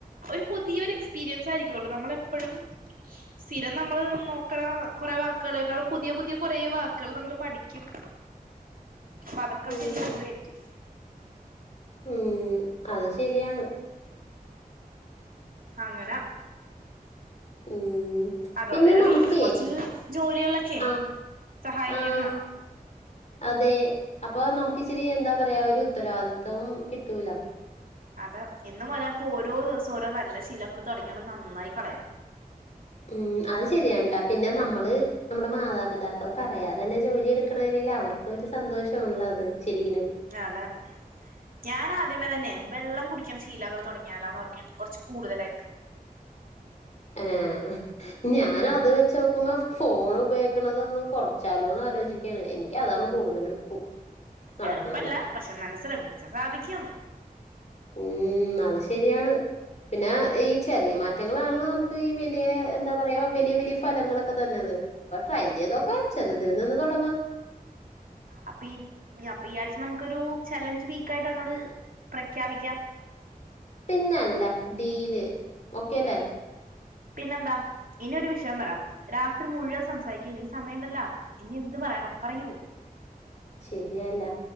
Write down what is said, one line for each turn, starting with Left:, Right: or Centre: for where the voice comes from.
Right: ഒരു പുതിയ ഒരു എക്സ്പീരിയൻസ് ആയിരിക്കുള്ളൂ നമ്മളെപ്പഴും സ്ഥിരം നമ്മള് നോക്കണ കൊറെ വാക്കുകളെക്കാളും പുതിയ പുതിയ കൊറെ വാക്കുകള് നമ്മൾ പഠിക്കും അപ്പതൊക്കെ
Left: ഉം
Right: ശരിയാവൂലെരിക്കും
Left: ഉം അത് ശരിയാണ്
Right: അങ്ങനെ
Left: ഉം
Right: അതോലെന്നെ
Left: പിന്നെ നമുക്കേ
Right: വീട്ടിലെ കൊറച്ച് ജോലികളൊക്കെയെ
Left: ആ
Right: സഹായിക്കണം
Left: ആ അതെ അപ്പൊ നമുക്ക് ഇച്ചിരി എന്താ പറയാ ഒരു ഉത്തരവാദിത്തം കിട്ടൂലൊ
Right: അതെ ഇന്ന് മുതലെക്കോരോ ദിവസം ഓരോ നല്ല ശീലങ്ങൾ തൊടങ്ങിട്ട് നന്നായി കളയാം
Left: ഉം അത് ശരിയാണ് ട്ടാ പിന്നെ നമ്മള് നമ്മുടെ മാതാപിതാക്കള് പറയാതെ തന്നെ ജോലിയെടുക്കണെയിലവർക്കൊരു സന്തോഷവാണല്ലോ അത് ശരിക്കിനും
Right: അതെ ഞാന ദ്യമേതന്നെ വെള്ളം കുടിക്കണ ശീലങ്ങട് തുടങ്ങിയാലോന്നോർക്കാണ് കൊറച്ച് കൂടുതലായിട്ട്
Left: ഏഹ് ഞാനത് വെച്ചോക്കുമ്പോ ഫോണുപയോഗിക്കണതൊന്ന്‌ കൊറച്ചാലോന്ന് ആലോചിക്കയാണ് എനിക്ക് എനിക്കതാണ് കൂടുതലും നടക്കണത്.
Right: എളുപ്പല്ല പക്ഷെന്നാലും ശ്രമിച്ചാ സാധിക്കും
Left: ഉം അത് ശരിയാണ് പിന്നെ ഈ ചെറിയ മാ റ്റങ്ങളാണല്ലോ നമുക്ക് ഈ വലിയ എന്താ പറയാ വലിയ വലിയ ഫ് ഫലങ്ങളൊക്കെ തന്നെത് അപ്പൊ ട്രൈ ചെയ്തോക്കാ ചെറുതിൽ നിന്ന് തൊടങ്ങാം
Right: അപ്പൊ ഈ അപ്പൊ ഈ ആഴ്ച നമുക്കൊരു ചലഞ്ച് വീക്കായിട്ട് അങ്ങട് പ്രഖ്യാപിക്കാം
Left: പിന്നല്ല ഡീല് ഓക്കെയല്ലേ
Right: പിന്നെന്താ ഇനിയൊരു വിഷയം പറ രാത്രി മുഴുവൻ സംസാരിക്കാ ഇനി സമയണ്ടല്ലാ ഇനി എന്ത് പറയണം പറയൂ
Left: ശെരിയാല്ല